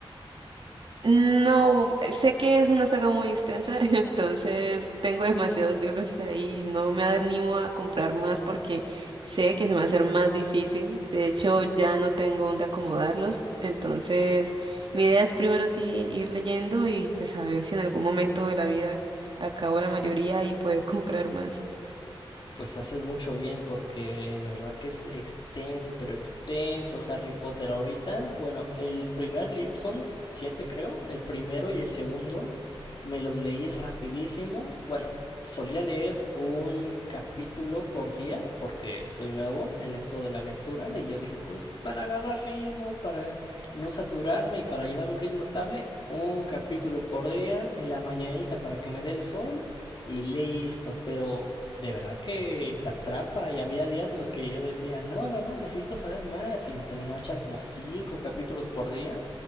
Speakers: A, on the right (about 60°); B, on the left (about 50°).
A: No, sé que es una saga muy extensa, <laughs> entonces tengo demasiados libros ahí no me animo a comprar más porque sé que se me va a hacer más difícil. De hecho, ya no tengo dónde acomodarlos, entonces mi idea es primero sí ir leyendo y pues a ver si en algún momento de la vida acabo la mayoría y poder <laughs> comprar más.
B: Pues haces mucho bien porque de verdad que es extenso, pero extenso Harry Potter ahorita. Bueno, el primer libro, son siete creo, el primero y el segundo me los leí rapidísimo. Bueno, solía leer un capítulo por día porque soy nuevo en esto de la lectura y yo dije, pues para agarrar ritmo, para no saturarme y para llevar un ritmo estable, un capítulo por día en la mañanita para que me dé el sol y listo. Pero de verdad que te atrapa y había días en los que yo decía, no, no, no, necesito saber más y me terminaba echando como cinco capítulos por día.